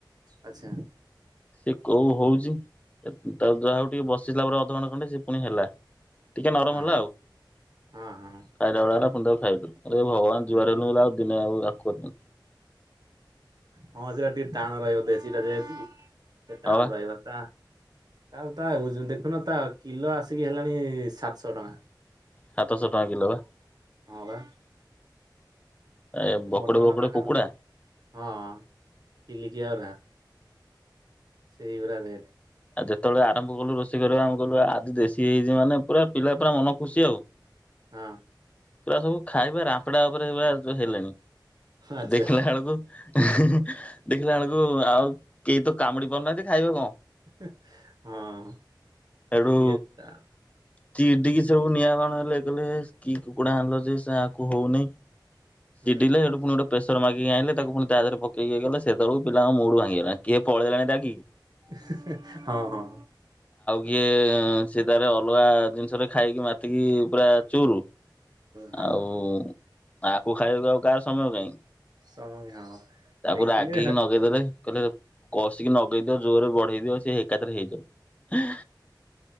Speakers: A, on the right (about 55°); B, on the left (about 15°).
A: ଆଚ୍ଛା
B: ସେ କୋଉ ହଉଛି ଯାହା ହଉ ଟିକେ ବସିଲା ପରେ ଅଧଘଣ୍ଟେ ଖଣ୍ଡେ ସେ ପୁଣି ହେଲା। ଟିକେ ନରମ
A: ହଁ
B: ହେଲା। ଆଉ ଖାଇଲା
A: ହଁ ହଁ।
B: ଭଳିଆ ହେଲା। ଫୁଣି ତାକୁ ଖାଇବା ଦେଲୁ। ଆରେ ଭଗବାନ
A: ହୁଁ
B: ଯୁହାର ହେଲୁ ବୋଲି ଆଉ ଦିନେ ଆଉ <inaudible>
A: ହଁ ସେଟି ଟାଣ ରହିବ ଦେଶୀଟା ଯେହେତୁ। ସେ ଟାଣ
B: ହଁ ବା
A: ରହିବ ତା ଆଉ ତା ଓଜନ ଦେଖୁନ ତା କିଲୋ ଆସିକି ହେଲାଣି ସାତଶହ ଟଙ୍କା।
B: ସାତଶହ ଟଙ୍କା କିଲୋ ବା। <inaudible>
A: ହଁ ବା
B: ଏ ବକଟେ
A: ମଟନ
B: ବକଟେ
A: ପାଖାପାଖି
B: କୁକୁଡ଼ା।
A: ହଁ କିଲିକିଆରା ସେଇରା ରେଡ଼
B: ଆଉ ଯେତେବେଳେ ଆରମ୍ଭ କଲୁ ରୋଷେଇ କରିବା ଆମଭ କଲୁ ଆଜି ଦେଶୀ ହେଇଛି ମାନେ ପୁରା ପିଲା ପୁରା ମନ ଖୁସି ଆଉ
A: ହଁ।
B: ପୁରା ସବୁ ଖାଇବା ରାମ୍ପଡା ଉପରେ ସବୁ ହେଲେଣି।
A: ଆଚ୍ଛା
B: ଦେଖିଲା ବେଳକୁ। <inaudible> ଦେଖିଲା ବଳକୁ ଆଉ କେହି ତ କାମୁଡି ପାରୁନାହାନ୍ତି ଖାଇବେ କଣ।
A: <inaudible> ହଁ ସେତିଏ
B: ସେଠୁ
A: ତା
B: ଚିଡିକି ସବୁ ନିଆଁବାଣ ହେଲେ କଲେ କି କୁକୁଡ଼ା ଆଣିଲ ଯେ ନାକୁ ହୋଉନିଇ।
A: ହୁଁ
B: ଚିଡିିଲେ ହେଟୁ ଫୁଣି ଗୋଟେ ପେସର ମାଗିକି ଆଣିଲେ। ତାକୁ ପୁଣି ତା ଦେହରେ ପକେଇକି ଇଏ କଲେ ସେତବେଳକୁ ପିଲାଙ୍କ ମୁଡ ଭାଙ୍ଗିଗଲାଣି। କିଏ ପଳେଇଲାଣି ରାଗିକି
A: <inaudible> ହଁ ହଁ।
B: ଟିକେ ସେ ତାରେ ଅଲଗା ଜିନିଷରେ ଖାଇକି ମାତିକି ପୁରା ଚୁରୁ
A: ହଁ
B: ଆଉ। ଆକୁ ଖାଇବାକୁ ଆଉ କାହାର ସମୟ କାହିଁ।
A: ସମୟ ହଁ
B: ତାକୁ
A: ଦେଖିଲେ
B: ରାଗିକି
A: ହେଁ
B: ନଗେଇଦେଲେ କହିଲେ କଷିକି ନଗେଇଦିଅ ଜୋରରେ ବଢେଇ ଦିଅ ସିଏ ଏକଥରେ ହେଇଯାଉ।